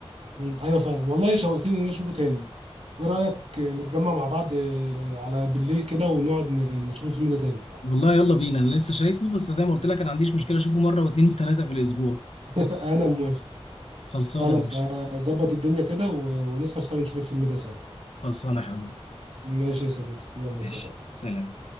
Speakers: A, on the right; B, on the left.
A: مم. ايوه فعلا والله شوقتني ان انا اشوفه تاني ايه رايك نتجمع مع بعض آه، على بالليل كده ونقعد ن- نشوف الفيلم ده تاني
B: والله يلا بينا انا لسه شايفه بس زي ما قلت لك انا ما عنديش مشكلة اشوفه مرة واثنين وثلاثة في الاسبوع
A: <laughs> انا موافق
B: خلصانة
A: خلاص
B: يا باشا
A: هظبط الدنيا كده و- ونسهر سوا نشوف الفيلم ده سوا
B: خلصانة يا حبيبي
A: ماشي يا صديقي يلا
B: ماشي
A: سلام
B: سلام